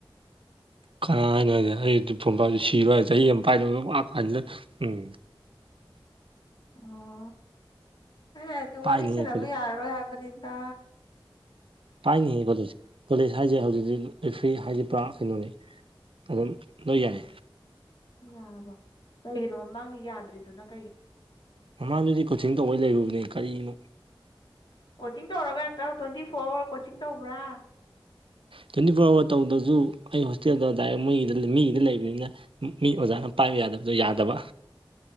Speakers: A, on the right; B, on the left.
A: ꯀꯅꯥ ꯍꯥꯏꯅꯣ ꯍꯥꯏꯁꯦ ꯑꯩꯗꯤ ꯐꯣꯟ ꯄꯥꯏꯗꯗꯤ ꯁꯤꯔꯣ ꯍꯥꯏꯔꯣ ꯆꯍꯤ ꯑꯃ ꯄꯥꯏꯗꯕꯗ ꯋꯥ ꯀꯥꯟꯁꯤꯗ ꯎꯝ
B: ꯑꯣ ꯑꯩꯅ ꯍꯥꯏꯗꯤ
A: ꯄꯥꯏꯅꯤꯡꯉꯦ
B: ꯋꯥꯔꯤ ꯁꯥꯟꯅꯕ
A: ꯈꯣꯠꯂꯦ
B: ꯌꯥꯔꯔꯣꯏ ꯍꯥꯏꯕꯅꯤꯗ
A: ꯄꯥꯏꯅꯤꯍꯦ ꯀꯣꯂꯦꯖ ꯀꯣꯂꯦꯖ ꯍꯥꯏꯁꯦ ꯍꯧꯖꯤꯛꯇꯤ ꯐ꯭ꯔꯤ ꯍꯥꯏꯗꯤ ꯄꯨꯔꯥ ꯀꯩꯅꯣꯅꯤ ꯑꯗꯨꯝ ꯂꯣꯏ ꯌꯥꯏ
B: ꯌꯥꯔꯕꯣ ꯀꯩꯒꯤꯅꯣ ꯃꯃꯥꯡꯒꯤ ꯌꯥꯗ꯭ꯔꯤꯗꯨꯅ ꯀꯩꯒꯤꯅꯣ
A: ꯃꯃꯥꯡꯗꯨꯗꯤ ꯀꯣꯆꯤꯡ ꯇꯧꯕꯩ ꯂꯩꯔꯨꯕꯅꯦ ꯀꯔꯤꯅꯣ
B: ꯀꯣꯆꯤꯡ ꯇꯧꯔꯒ ꯍꯦꯛꯇ ꯇ꯭ꯋꯦꯟꯇꯤ ꯐꯣꯔ ꯑꯋꯥꯔ ꯀꯣꯆꯤꯡ ꯇꯧꯕ꯭ꯔꯥ
A: ꯇ꯭ꯋꯦꯟꯇꯤ ꯐꯣꯔ ꯑꯋꯥꯔ ꯇꯧꯗꯁꯨ ꯑꯩ ꯍꯣꯁꯇꯦꯜꯗ ꯗꯥꯏꯔꯦꯛ ꯃꯣꯏꯒꯤꯗ ꯃꯤꯒꯤꯗ ꯂꯩꯕꯅꯤꯅ ꯃꯤ ꯑꯣꯖꯥꯅ ꯄꯥꯏꯕ ꯌꯥꯗꯕꯗꯣ ꯌꯥꯗꯕ